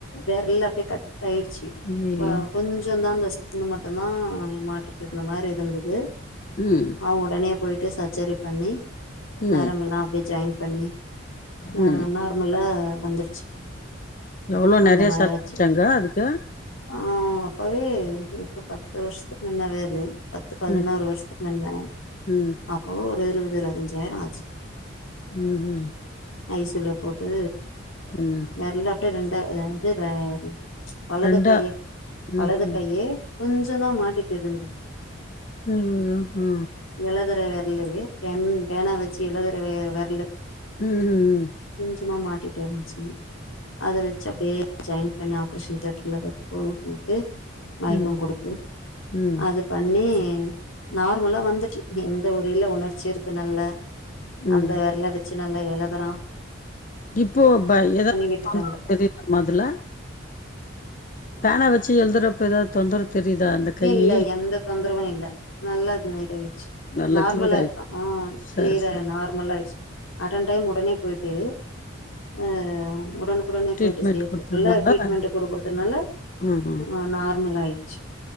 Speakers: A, on the left; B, on the left.
A: வெரல் அப்டியே கட் ஆய்ருச்சு
B: ஐயயோ
A: ஆ கொஞ்சந்தா அந்த இன மட்டுந்தா மாட்டிட்டு இருந்த மாரி இருந்தது
B: ம்
A: அவ உடனே ட்ட சர்ஜரி பண்ணி
B: ம்
A: நரம்பெல்லா அப்டியே ஜாய்ன் பண்ணி ம்நாருக்
B: ம்
A: நல்லா வந்துருச்சு
B: எவ்ளோ
A: அந்த
B: நெறைய
A: மாரி
B: செலவழிச்சாங்க
A: ஆச்சு
B: அதுக்கு
A: ஆ அப்பவே எப்போ பத்து வருஷத்துக்கு முன்னவே அது பத்து பதினோரு
B: ம்
A: வருஷத்துக்கு மின்ன
B: ம்
A: அப்போ ஒரு இருவது இருவது அஞ்சாயிரம் ஆச்சு
B: ம்ஹும்
A: ஐ சி யூ ல போட்டு
B: ம்
A: தெரீல அப்டி ரெண்டா ரெண்டு ஆ ரெண்டு வலது
B: ரெண்டா
A: கை வலது
B: ம் ம்
A: கையி கொஞ்சோ தா மாட்டிட்டுருந்தது
B: ம் ய ஹா
A: எழுதுற வெரலுவே பென் பேனா வச்சு எழுதுற வெ வெரலு
B: ம் ம் ம்
A: கொஞ்சமா மாட்டீட்டிருந்ச்சு அத வச்சு அப்டியே ஜாயின் பண்ணி ஆப்ரேஷன் தேட்டர்ல் வெப்போ வூட்டு மயக்கோ
B: ம்
A: குடுத்து
B: ம்
A: அது பண்ணி நார்மலா வந்துட்டு எந்த ஒரைல உணர்ச்சி இருக்கு நல்ல
B: ம்
A: அந்த வெரல வச்சு நல்லா எழுதறா
B: இப்போ பய் எத
A: விட்டுட்டாங்க
B: <inaudible> மதுல பேனா வச்சு எழுதுறப்போ ஏதாது தொந்தர தெரியுதா அந்த கையி
A: இல்ல எந்த தொந்தரவும் இல்ல நல்லா து இதாயுடுச்சு
B: நல்லா
A: நார்மலா
B: கிளியர் ஆயி
A: ருக்கான் ஆஹ்
B: சரி
A: க்ளீரா
B: சரி
A: நார்மலா ஆயிருச் அட்டன் டைம் உடனே போயிட்டு ஆ ஒடனுகுடனே போயிட்டு
B: ட்ரீட்மெண்ட்
A: செய்யறதுக்குள்ள
B: குடுத்ததுனால
A: ட்ரீட்மெண்ட் குடுக்குறதுனால
B: ம் ம்
A: ஆ நார்மல் ஆயிருச்சு